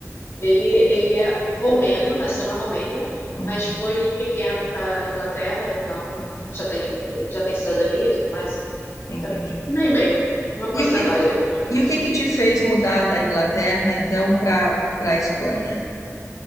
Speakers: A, on the left; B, on the left.
A: ele, ele é romeno, nasceu na Romênia,
B: Uhum,
A: mas foi pequeno para a Inglaterra, então
B: uhum.
A: já tem, já tem cidadania e tudo mais,
B: Entendi.
A: É Meio, meio. Uma porcentagem
B: E o que,
A: aí dos dois.
B: e o que que te fez mudar da Inglaterra, então, para para a Espanha?